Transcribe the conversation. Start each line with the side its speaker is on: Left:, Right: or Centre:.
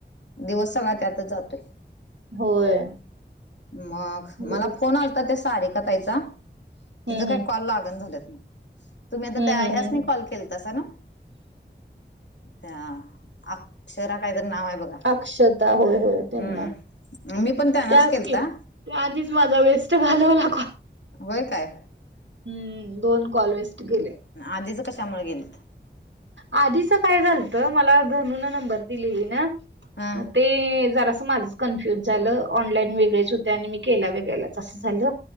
Left: दिवस सगळा त्यातच जातोय
Right: होय
Left: मग
Right: दिवस
Left: मला फोन आलता ते सारी कतायचा तिचं
Right: हम्म
Left: काही
Right: हम्म
Left: कॉल लागण झालेत ना तुम्ही आता त्या
Right: हम्म हम्म
Left: ह्यासनी
Right: हम्म हम्म
Left: कॉल केलसा ना त्या अक्षरा कायतर नाव आहे बघ
Right: अक्षता होय होय त्यांना
Left: हम्म मी पण त्यांनाच
Right: त्याच
Left: केलता
Right: की त्याच माझा वेस्ट घालवला का
Left: होय काय
Right: हम्म दोन कॉलवेस्ट गेले
Left: आधीच कशामुळे गेले
Right: आधीच काय झालत मला धनू न नंबर दिले ना
Left: हा
Right: मग ते जरा समाज कन्फ्युज झालं ऑनलाईन वेगळेच होते आणि मी केला वेगळला तसं झालं